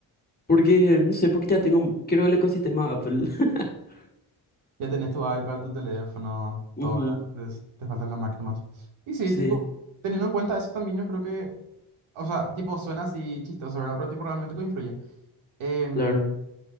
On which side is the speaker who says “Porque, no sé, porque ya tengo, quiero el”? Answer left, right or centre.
Left